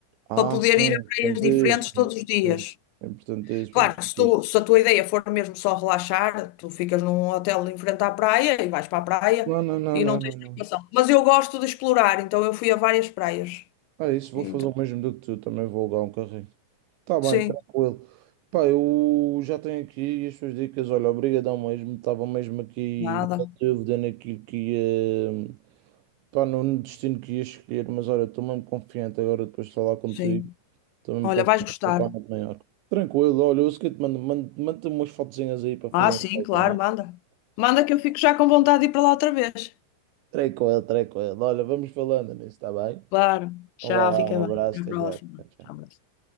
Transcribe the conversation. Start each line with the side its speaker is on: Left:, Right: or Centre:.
Right: Ah,
Left: para poder
Right: sim,
Left: ir a
Right: importantíssimo,
Left: praias diferentes todos
Right: importantíssimo,
Left: os dias.
Right: importantíssimo,
Left: Claro,
Right: importantíssimo.
Left: se, tu, se a tua ideia for mesmo só relaxar, tu ficas num hotel em frente à praia e vais para a praia
Right: Não, não, não,
Left: e
Right: não,
Left: não tens
Right: não,
Left: preocupação.
Right: não.
Left: Mas eu gosto de explorar, então eu fui a várias praias.
Right: É isso, vou
Left: Então,
Right: fazer o mesmo do que tu, também vou alugar um carrinho. Tá bem,
Left: sim,
Right: tranquilo. Pá, eu já tenho aqui as suas dicas. Olha, obrigadão mesmo. Estava mesmo aqui
Left: nada,
Right: na dúvida naquilo que ia. Pá, no no destino que ia escolher, mas olha, estou mesmo confiante agora depois de falar contigo.
Left: sim.
Right: Estou mesmo
Left: Olha,
Right: confiante
Left: vais gostar.
Right: que vou para muito maior. Tranquilo, olha, eu sei que te mando, mando, mando umas fotozinhas aí para fazer.
Left: Ah, sim, claro,
Right: hein?
Left: manda. Manda que eu fico já com vontade de ir para lá outra vez.
Right: Tranquilo, tranquilo. Olha, vamos falando nisso, está bem?
Left: Claro,
Right: Então
Left: já
Right: vá lá,
Left: fica
Right: um
Left: bem.
Right: abraço,
Left: Até a
Right: até
Left: próxima.
Right: já. Tchau, tchau.
Left: Até à próxima.